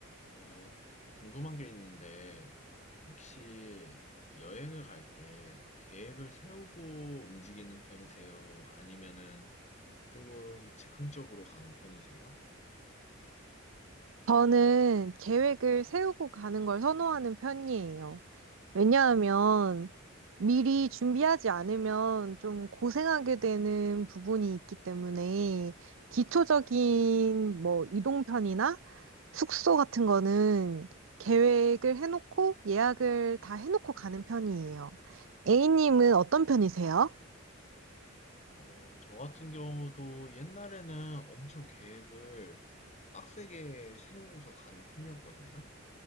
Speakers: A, on the left; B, on the right.
A: 어, 궁금한 게 있는데, 혹시 여행을 갈 때 계획을 세우고 움직이는 편이세요? 아니면은 조금 즉흥적으로 가는 편이세요?
B: 저는 계획을 세우고 가는 걸 선호하는 편이에요. 왜냐하면 미리 준비하지 않으면 좀 고생하게 되는 부분이 있기 때문에 기초적인 뭐 이동편이나 숙소 같은 거는 계획을 해놓고 예약을 다 해놓고 가는 편이에요. A님은 어떤 편이세요?
A: 어, 저 같은 경우도 옛날에는 엄청 계획을 빡세게 세우고서 가는 편이었거든요.